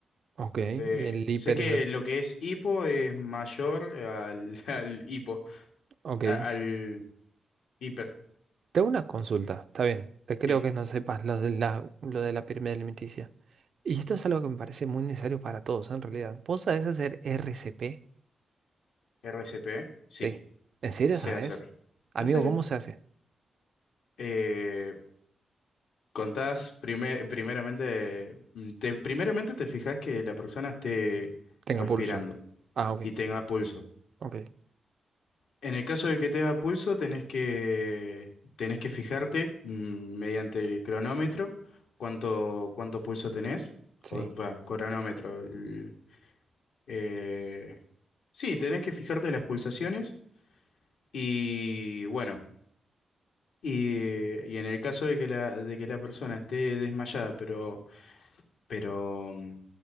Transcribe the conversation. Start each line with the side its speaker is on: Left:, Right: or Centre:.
Right: Ok,
Left: Eh,
Right: y el hiper
Left: sé que
Right: es el...
Left: lo que es hipo es mayor al, <laughs> al hipo,
Right: Ok.
Left: a- al hiper,
Right: Te hago una consulta, está bien. Te creo
Left: sí.
Right: que no sepas lo de la, lo de la pirámide alimenticia. Y esto es algo que me parece muy necesario para todos, ¿eh? en realidad. ¿Vos sabés hacer RCP?
Left: RCP, sí.
Right: Sí. ¿En serio
Left: sé
Right: sabés?
Left: hacer.
Right: Amigo,
Left: ¿En serio?
Right: ¿cómo se hace?
Left: Eh, contás prime- primeramente, mm, te, primeramente te fijas que la persona esté
Right: Tenga
Left: respirando
Right: pulso. Ah, ok,
Left: y tenga pulso.
Right: ok,
Left: En el caso de que tenga pulso, tenés que, tenés que fijarte mm, mediante el cronómetro cuánto, cuánto pulso tenés.
Right: sí.
Left: O, bah, cronómetro. el- eh, sí, tenés que fijarte las pulsaciones y bueno. Y, y en el caso de que la, de que la persona esté desmayada, pero, pero mm,